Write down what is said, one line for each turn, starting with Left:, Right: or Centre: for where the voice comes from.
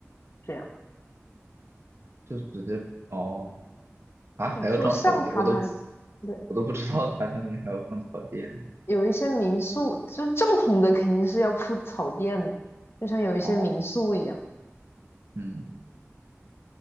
Left: 这样，
Right: 就直接哦啊，还要装草地，
Left: 就做上榻榻
Right: 我都
Left: 米。对，
Right: 我都不知道榻榻米还要放草垫。
Left: 有一些民宿就正统的肯定是要铺草垫的，就像有一些民宿一样。
Right: 哦，嗯